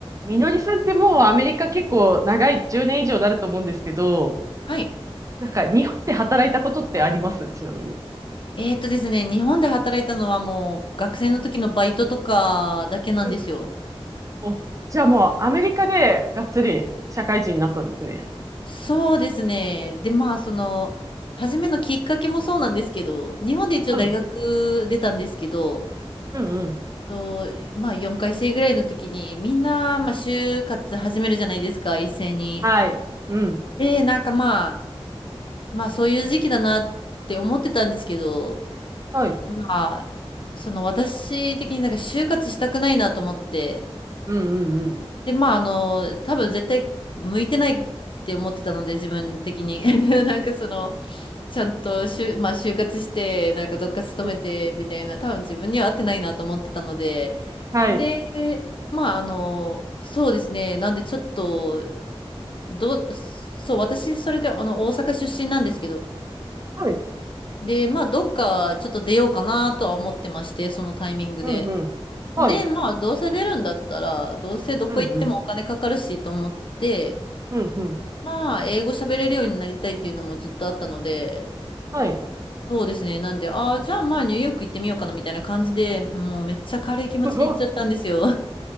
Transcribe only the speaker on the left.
はい。
えーっとですね、日本で働いたのはもう学生の時のバイトとかだけなんですよ。
そうですね。で、まあ、その、初めのきっかけもそうなんですけど、日本で一応大学出たんですけど、
と、まあ、4回生ぐらいの時に、みんな、まあ、就活始めるじゃないですか、一斉に。
で、なんかまあ、まあ、そういう時期だなって思ってたんですけど、
まあ、その私的になんか就活したくないなと思って、
で、まあ、あの、多分絶対向いてないって思ってたので、自分的に。<laughs> なんかその、ちゃんとしゅ、まあ、就活して、なんかどっか勤めてみたいな、
多分自分には合ってないなと思ってたので、
で、まあ、あの、そうですね。なんでちょっと、どそう、私、それで、あの、大阪出身なんですけど、
で、まあ、どっかちょっと出ようかなとは思ってまして、そのタイミングで。
で、まあ、どうせ出るんだったら、どうせどこ行ってもお金かかるしと思って、
まあ、英語喋れるようになりたいっていうのもずっとあったので、
そうですね。なんで、ああ、じゃあまあニューヨーク行ってみようかなみたいな感じで、もうめっちゃ軽い気持ちで行っちゃったんですよ。
<laughs>